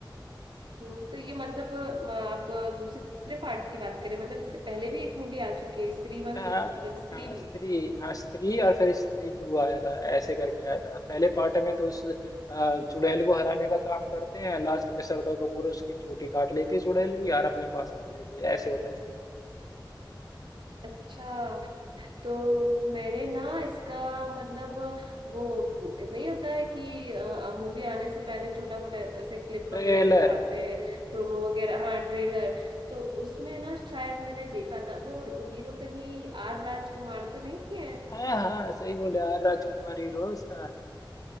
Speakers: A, on the right; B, on the left.
A: हम्म, तो ये मतलब म, आप दूसरे पार्ट की बात करें मतलब इससे पहले भी एक मूवी आ चुकी है स्त्री वन
B: हाँ
A: भी मतलब स्त्री
B: हाँ
A: भी
B: स्त्री हाँ स्त्री और फिर स्त्री टू आया था ऐसे करके आया था पहले पार्ट में तो उस अ, चुड़ैल को हराने का काम करते हैं लास्ट में श्रद्धा कपूर उसकी चोटी काट लेती है चुड़ैल की यार अपने पास रख लेती है ऐसे होता है
A: अच्छा तो मैंने ना इसका मतलब वो नहीं होता है कि मूवी आने से पहले छोटा मोटा ऐसे क्लिप
B: ट्रेलर
A: वगैरह दिखाते हैं प्रोमो वगैरह हाँ ट्रेलर तो उसमें ना शायद मैंने देखा था वो हीरो कहीं आर राजकुमार तो नहीं है
B: हाँ हाँ सही बोले यार राजकुमार हीरो है उसका